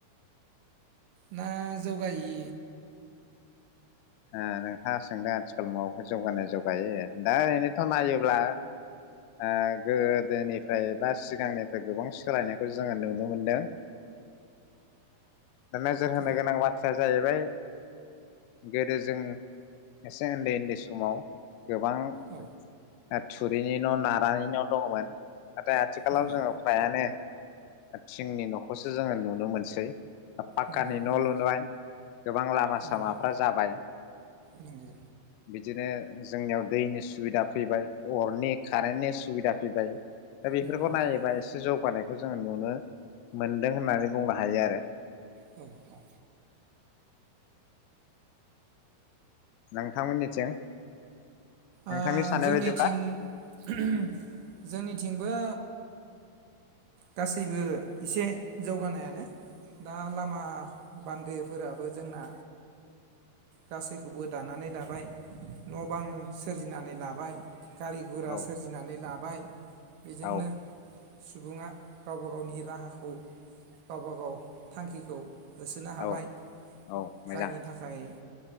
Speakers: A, on the right; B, on the left.
A: ना जौगायि
B: ओ नोंथाङा सोंदों आथिखाल मुगाखौ जौगानाय जौगायि दा ओरैनोथ' नायोब्ला ओ गोदोनिफाय बा सिगांनिफाय गोबां सोलायनायखौ जोङो नुनो मोनदों <unintelligible> नोजोर होनो
A: औ
B: गोनां बाथ्राया जाहैबाय। गोदो जों एसे ओन्दै ओन्दै समाव गोबां ओ
A: औ
B: थुरिनि न' नारानि न‌' दङमोन। नाथाय आथिखालाव
A: नंगौ
B: जोङो फ्रायानो थिंनि न'खौसो जोङो नुनो मोनसै। पाक्कानि
A: नंगौ नंगौ
B: न' लुनाय गोबां लामा सामाफ्रा
A: नंगौ
B: जाबाय
A: नंगौ
B: बिद बिदिनो जोंनियाव दैनि सुबिदा फैबाय अरनि कारेननि सुबिदा फैबाय। दा बेफोरखौ
A: नंगौ
B: नायोबा
A: नंगौ
B: एसे जौ <unintelligible> जोङो नुनो मोनदों होननानै बुंनो हायो आरो।
A: औ औ <unintelligible>
B: नोंथांमोननिथिं नोंथांनि
A: ओ
B: साननाय
A: जोंनिथिं
B: बायदिब्ला
A: <unintelligible> जोंनिथिंबो गासैबो एसे जौगानायानो दा लामा बान्दोफोराबो जोंना गासैखौबो दानानै लाबाय न'-बां सोरजिनानै लाबाय। गारि-गुरा
B: औ
A: सोरजिनानै लाब बाय। बेजोंनो
B: औ
A: सुबुङा गावबा गावनि राहाखौ गावबा गाव थांखिखौ होसोनो हाबाय
B: औ औ मोजां
A: जायनि थाखाय